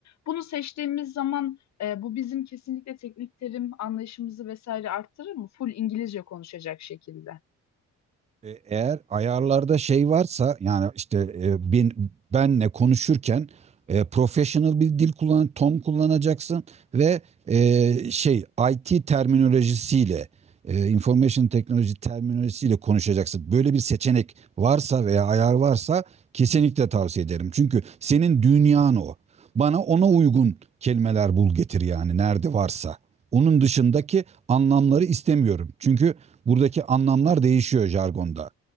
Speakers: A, on the left (about 65°); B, on the right (about 20°).
A: Bunu seçtiğimiz zaman e, bu bizim kesinlikle teknik terim anlayışımızı vesaire arttırır mı? Full İngilizce konuşacak şekilde.
B: E, Eğer ayarlarda şey varsa yani işte e, bin- benle konuşurken e, professional bir dil kullan, ton kullanacaksın ve e, şey IT terminolojisiyle e, information teknoloji terminolojisiyle konuşacaksın. Böyle bir seçenek varsa veya ayar varsa kesinlikle tavsiye ederim. Çünkü senin dünyan o. Bana ona uygun kelimeler bul getir yani nerede varsa. Onun dışındaki anlamları istemiyorum. Çünkü buradaki anlamlar değişiyor jargonda.